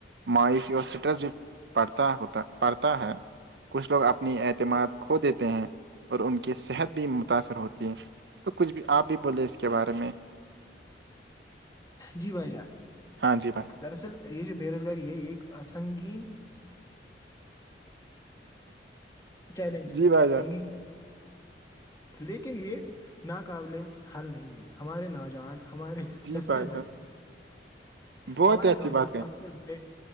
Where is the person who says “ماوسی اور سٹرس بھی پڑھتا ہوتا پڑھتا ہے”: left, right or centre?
Right